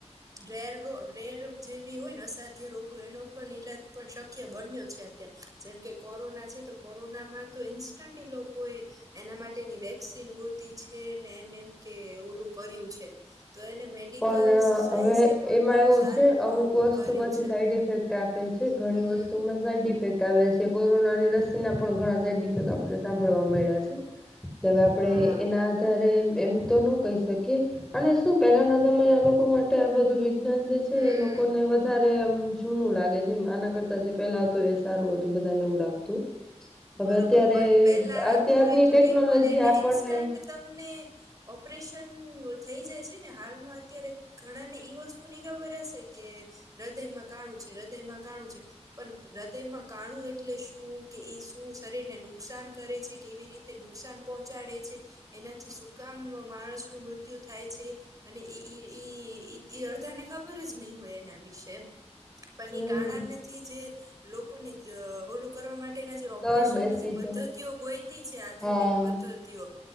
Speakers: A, on the right (about 30°); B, in the centre.
A: <unintelligible> રેર- જેવી હોયને, અસાધ્ય રોગો. એનો પણ ઈલાજ પણ શક્ય બન્યો છે અત્યારે. જેમ કે, કોરોના છે તો કોરોનામાં તો ઇન્સ્ટન્ટ ઈ લોકોએ એના માટેની વેક્સિન ગોતી છે ને, એને એમ કે ઓલું કર્યું છે. તો એને મેડિકલ
B: પણ
A: સાયન્સે
B: હવે,
A: પણ
B: એમાં
A: બહુ
B: એવું
A: સારું
B: છે અમુક વસ્તુ
A: કર્યું
B: પાછી
A: છે
B: સાઈડ ઇફેક્ટ આપે છે ઘણી
A: હમ
B: વસ્તુમાં ઘણી સાઈડ ઇફેક્ટ આવ્યા છે. કોરોનાની રસીના પણ ઘણાં સાઈડ ઇફેક્ટ આપણને સાંભળવા મયળા છે. હવે આપણે
A: હા
B: એના આધારે એમ તો નો કહી શકીએ અને શું પહેલાના સમયે આ લોકો માટે આ બધું વિજ્ઞાન જે છે
A: હમ
B: એ લોકોને વધ ધારે એમ જૂનું લાગે છે. આનાં કરતા જે પહેલા હતું એ સારું હતું બધાને એવું લાગતું.
A: બરોબર
B: હવે અત્યારે
A: પણ પેલા
B: અત્યારની
A: હતું એ તો
B: ટેક્નોલોજી
A: ઠીક પણ એને
B: આપણને
A: ઇન્સ્ટન્ટ તમને ઓપરેશન થઈ જાય છે ને હાલમાં અત્યારે ઘણાંને ઈ વસ્તુની ખબર હશે કે હૃદયમાં કાણું છે, હૃદયમાં કાણું છે, પણ હૃદયમાં કાણું એટલે શું કે એ શ્ શું શરીરને નુકસાન કરે છે? કેવી રીતે નુકસાન પહોંચાડે છે? એનાંથી સુકામ માણસનું મૃત્યુ થાય છે? અને એ ઈઈઈઈ અડધાને ખબર જ નહી હોય એના વિશે એમ પણ
B: હમ
A: એ કાણાનેથી જે લોકોને જ ઓલું કરવા માટેના
B: દર
A: પ્રેશનની
B: બેસી
A: જે પદ્ધતિઓ
B: છે
A: ગોઈતી છે. આધુનિક
B: હા
A: પદ્ધ તીઓ